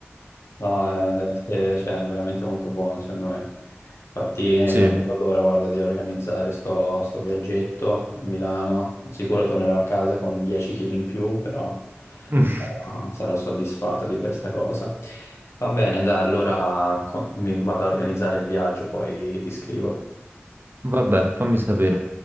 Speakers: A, on the left; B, on the right.
A: No, eh, deve essere, cioè, veramente molto buono, secondo me. Infatti, eh,
B: Sì,
A: non vedo l'ora, guarda, di organizzare sto, sto viaggetto a Milano. Sicuro tornerò a casa con 10 kg in più, però
B: <laughs>
A: eh, sarò soddisfatto di questa cosa. Va bene, dai, allora co- mi vado a organizzare il viaggio, poi ti scrivo.
B: vabbè, fammi sapere.